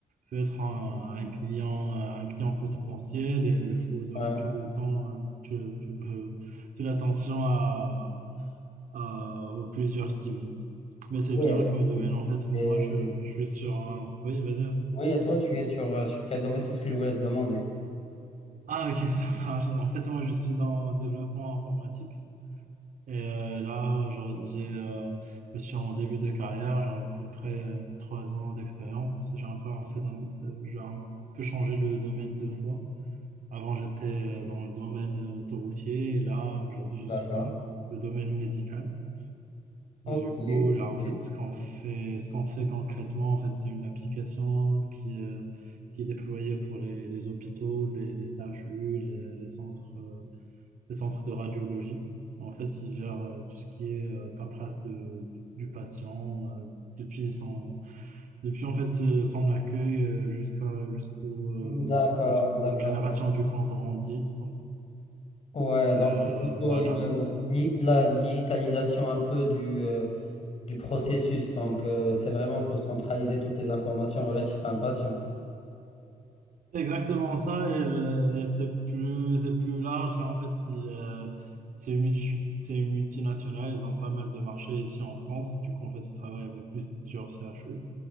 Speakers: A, on the right; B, on the left.
A: peut être un, un client, un client potentiel et il faut donner
B: ouais.
A: tout le temps, euh, tout, tout le- toute l'attention à, à- aux plusieurs cibles. Mais c'est
B: Oui,
A: bien
B: effectivement.
A: comme domaine. En fait, moi,
B: Et,
A: je, je suis sur un... Oui, vas-y. vas-y.
B: oui, et toi, tu es sur, euh, sur quel domaine? C'est ce que je voulais te demander.
A: Ah, ok, <laughs> ça marche. En fait, moi, je suis dans le développement informatique. Et euh, là, genre, j'ai, euh, je suis en début de carrière. J'ai à peu près euh, trois ans d'expérience. J'ai un peu, en fait, un- euh, j'ai un peu changé le domaine deux fois. Avant, j'étais euh, dans le domaine euh, autoroutier et là, aujourd'hui,
B: D'accord.
A: je suis dans le domaine médical.
B: Ok,
A: Et du coup,
B: ok.
A: là, en fait, ce qu'on fait, ce qu'on fait concrètement, en fait, c'est une application qui, euh, qui est déployée pour les, les hôpitaux, les, les CHU, les, les centres, euh, les centres de radiologie. En fait, ils gèrent euh, tout ce qui est euh, paperasse de, du patient euh, depuis son, depuis en fait ce- son accueil euh, jusqu'à jusqu'aux euh,
B: D'accord,
A: jusqu'aux
B: d'accord.
A: générations
B: donc-
A: du compte rendu
B: Ouais, donc
A: euh,
B: c'est plutôt
A: voilà.
B: une, euh, di- la digitalisation un peu du, euh, du processus. Donc, euh, c'est vraiment pour centraliser toutes les informations relatives à un patient.
A: C'est exactement ça, et, le- et c'est plus, c'est plus large. En fait, il, euh, c'est une, multi- c'est une multinationale, ils ont pas mal de marchés ici en France. Du coup, en fait, ils travaillent avec plusieurs CHU.